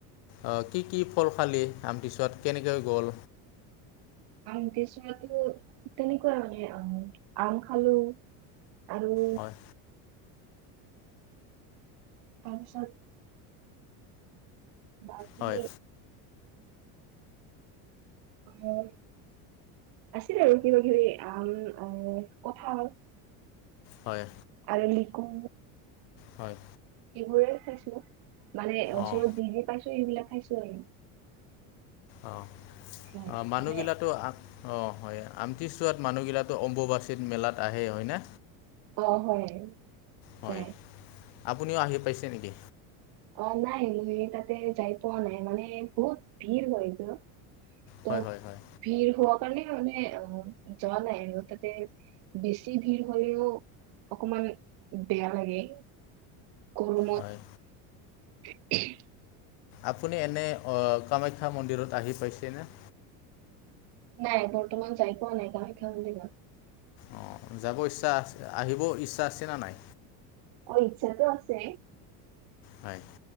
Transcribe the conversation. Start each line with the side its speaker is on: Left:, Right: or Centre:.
Left: অ', কি-কি ফল খালি, আমতি পিছত কেনেকৈ গ'ল?
Right: <unintelligible> চোৱাটো তেনেকুৱা মানে <unintelligible> আম খালোঁ। আৰু
Left: হয়
Right: তাৰপিছত বাকী
Left: হয়
Right: <unintelligible> আছিল আৰু কিবা-কিবি আম আৰু কঠাল।
Left: হয়।
Right: আৰু লিকু।
Left: হয়।
Right: সেইবোৰে খাইছোঁ, মানে ওচৰত
Left: অঁ
Right: যি-যি পাইছোঁ সেইবিলাক খাইছোঁ আৰু।
Left: অ',
Right: হয়
Left: অ', মানুহগিলাটো
Right: মানে
Left: আ অ', হয় আমটিচোৱাত মানুহগিলাটো অম্বুবাচীত মেলাত আহেই হয় না?
Right: অ', হয়,
Left: হয়
Right: যাই।
Left: আপুনিও আহি পাইছে নেকি?
Right: অ', নাই, তাতে যাই পোৱা নাই, মানে বহুত ভিৰ হয়, <unintelligible> ত
Left: হয়, হয়, হয়।
Right: ভিৰ হোৱাৰ কাৰণে, মানে অ', যোৱা নাই আৰু তাতে বেছি ভিৰ হ'লেও অকমান বেয়া লাগে। গৰমত।
Left: হয়
Right: <inaudible>
Left: আপুনি এনে অ', কামাখ্যা মন্দিৰত আহি পাইছেনে?
Right: নাই, বৰ্তমান যাই পোৱা নাই কামাখ্যা মন্দিৰত।
Left: অ', যাব ইচ্ছা, আহিব ইচ্ছা আছে নে নাই?
Right: অ', ইচ্ছাতো আছে।
Left: হয়।